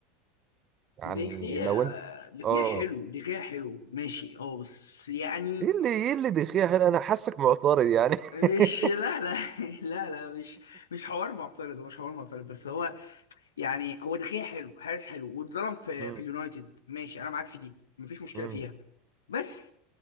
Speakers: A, on the right (about 35°); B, on the left (about 70°).
A: يعني
B: دخية
A: لو انت
B: دخية
A: اه
B: حلو دخية حلو ماشي اه بس يعني
A: ايه اللي ايه اللي دخيه هنا انا حاسك معترض يعني <laughs>
B: مش لا لا <laughs> لا لا مش مش حوار معترض هو مش حوار معترض بس هو يعني هو دخية حلو حارس حلو واتظلم في
A: مم.
B: في اليونايتد ماشي انا معاك في دي مفيش مشكلة
A: مم.
B: فيها بس